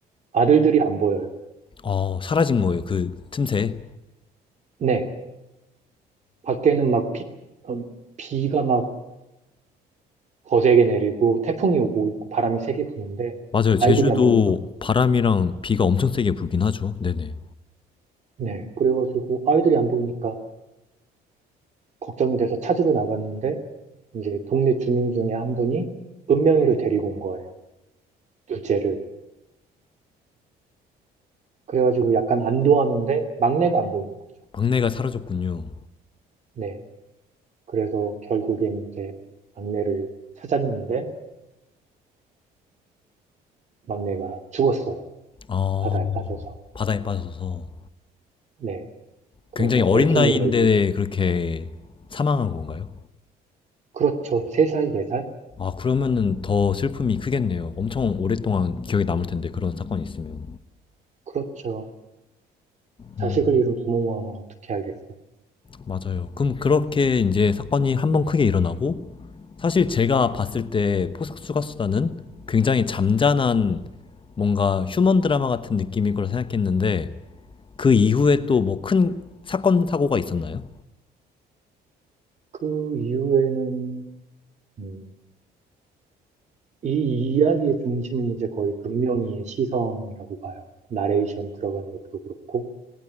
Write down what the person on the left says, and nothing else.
어, 사라진 거예요. 그 틈새.
맞아요.
제주도
바람이랑 비가 엄청 세게 불긴 하죠. 네네.
막내가 사라졌군요.
어,
바다에 빠져서
굉장히 어린
나이인데
그렇게 사망한 건가요?
아, 그러면은 더 슬픔이 크겠네요. 엄청 오랫동안 기억에 남을 텐데, 그런 사건이 있으면.
음,
맞아요. 그럼 그렇게 이제 사건이 한번 크게 일어나고, 사실 제가 봤을 때 포석 수가수다는 굉장히 잠잔한 뭔가 휴먼 드라마 같은 느낌일 거라 생각했는데, 그 이후에 또 뭐 큰 사건, 사고가 있었나요?